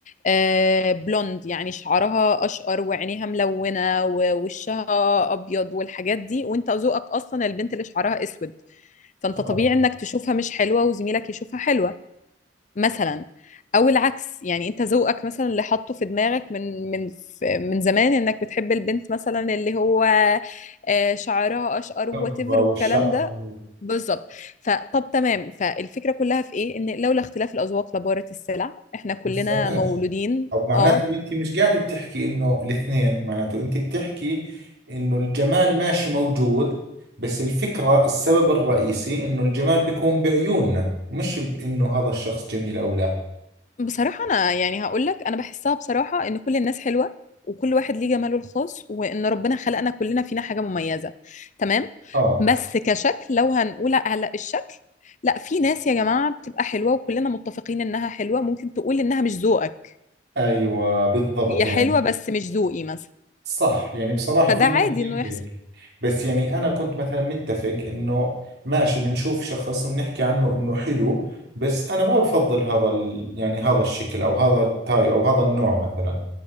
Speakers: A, on the left; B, on the right.
A: آه بلوند يعني شعرها اشقر وعينيها ملونة ووشها ابيض والحاجات دي وانت ذوقك اصلا البنت اللي شعرها اسود فانت
B: آه.
A: طبيعي انك تشوفها مش حلوة وزميلك يشوفها حلوة مثلا او العكس يعني انت ذوقك مثلا اللي حاطه في دماغك من من من زمان انك بتحب البنت مثلا اللي هو آه، شعرها اشقر واتيفر
B: النظرة والشعر
A: والكلام ده بالظبط فطب تمام فالفكره كلها في ايه ان لولا اختلاف الاذواق لبارت السلع احنا كلنا
B: بس ماشي
A: مولودين
B: طب معناته
A: اه
B: انت مش قاعده بتحكي انه الاثنين معناته انت بتحكي انه الجمال ماشي موجود بس الفكره السبب الرئيسي انه الجمال بيكون بعيوننا مش بانه هذا الشخص جميل او لا
A: بصراحة أنا يعني هقول لك أنا بحسها بصراحة إن كل الناس حلوة وكل واحد ليه جماله الخاص وإن ربنا خلقنا كلنا فينا حاجة مميزة تمام
B: اه
A: بس كشكل لو هنقول على الشكل لا في ناس يا جماعة بتبقى حلوة وكلنا متفقين إنها حلوة ممكن تقول إنها مش ذوقك
B: ايوه بالضبط
A: هي
B: يعني
A: حلوة بس مش ذوقي مثلا
B: صح يعني بصراحه
A: فده
B: في ناس
A: عادي
B: زي
A: إنه يحصل
B: هيك بس يعني انا كنت مثلا متفق انه ماشي بنشوف شخص بنحكي عنه انه حلو بس انا ما بفضل هذا ال... يعني هذا الشكل او هذا التايب او هذا النوع مثلا